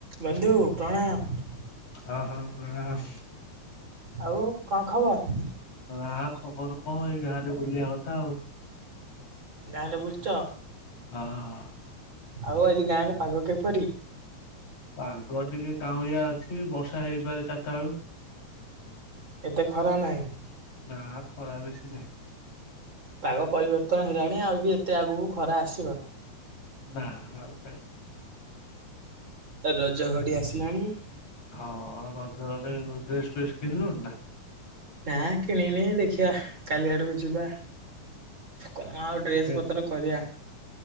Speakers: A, on the right (about 40°); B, on the left (about 60°).
A: ବନ୍ଧୁ ପ୍ରଣାମ।
B: ହଁ ହଁ ପ୍ରଣାମ।
A: ଆଉ କଣ ଖବର?
B: ନା ଖବର କଣ ଏଇ ଗାଁରେ ବୁଲିବା କଥା ଆଉ।
A: ଗାଁରେ ବୁଲୁଚ
B: ହଁ।
A: ଆଉ ଆଜି ଗାଁରେ ପାଗ କିପରି?
B: ପାଗ ଟିକେ କାଉଁଳିଆ ଅଛି ବର୍ଷା ହେଇପାରେ ଚାରିଟା ବେଳୁ।
A: ଏତେ ଖରା ନାହିଁ।
B: ନା ଖରା ବେଶୀ ନାହିଁ।
A: ପାଗ ପରିବର୍ତ୍ତନ ହେଲାଣି ଆଉ ବି ଏତେ ଆଗକୁ ଖରା ଆସିବ?
B: ମାଆ ବାପା।
A: ରଜ ଘଡି ଆସିଲାଣି।
B: ହଁ ରଜ ଘଡିରେ ଡ୍ରେସ୍ ଫେସ୍ କିଣିଲୁଣିନା?
A: ନା କିଣିନି ଦେଖିବା କାଲି ଆଡକୁ ଯିବା? କଣ
B: ମାର୍କେଟ
A: ଆଉ ଡ୍ରେସ ପତ୍ର କରିବା?